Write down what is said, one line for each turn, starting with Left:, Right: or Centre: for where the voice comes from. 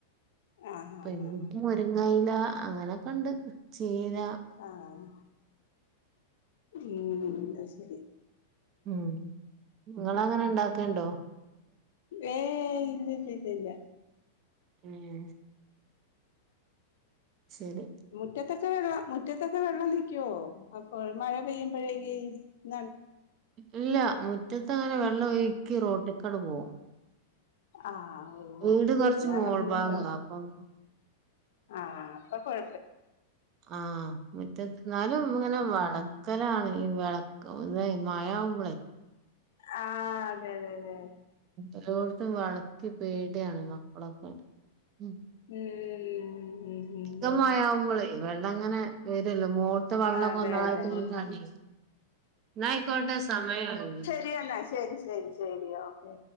Left: ആഹ് ആഹ്
Right: പിന്നെപ്പൊ
Left: ആഹ്
Right: മുരിങ്ങയില അങ്ങനൊക്കെ ഉണ്ട് ചീര
Left: ആഹ്‌ ഉം ശരി
Right: ഉം ഇങ്ങളങ്ങനെ ഉണ്ടാക്കല്ണ്ടോ?
Left: ഏയ് ഇല്ല ഇല്ല ഇല്ല
Right: ഉം ശെരി
Left: മുറ്റത്തൊക്കെ വെള്ളം മുറ്റത്തൊക്കെ വെള്ളം നിക്ക്യേ അപ്പ മഴ പെയ്യ്മ്പഴേക്ക് ഞൻ
Right: ഇല്ല മുറ്റത്ത് അങ്ങനെ വെള്ളം ഒഴുക്കി റോട്ട്ക്കണ്ട് പോകും
Left: ആഹ് ഓ
Right: വീട്
Left: ഓ അത്
Right: കൊറച്ച്
Left: കാരണം
Right: മോൾ
Left: പിന്നെ
Right: ഭാഗാ അപ്പം
Left: ആഹ് ഇപ്പം കൊഴ
Right: ആഹ് മുറ്റത്ത് എന്നാലും ഇങ്ങനെ വാണം ക്കലാണ് ഈ വെളക്ക് വേം മഴയാവ്
Left: ആഹ് അതെ അതെ അതെ
Right: എല്ലോട്ത്തും വള്ക്കി പേടിയാണ് മക്കളൊക്കെ ഉം
Left: ഉംഹ് ഉം ഹും
Right: ങ്കം മഴാവുമ്പളേ വെള്ളങ്ങനെ വരില്ലോ മോൾത്തെ വെള്ളൊക്കെ
Left: അതെ
Right: ഒന്നായിട്ട്
Left: അതെ അതെ
Right: ഇങ്ങനെ അടീ എന്നാ ആയിക്കോട്ടെ സമയം ആയാല്ലോ
Left: രി എന്നാ ശെരി ശെരി ശെരി ഓക്കെ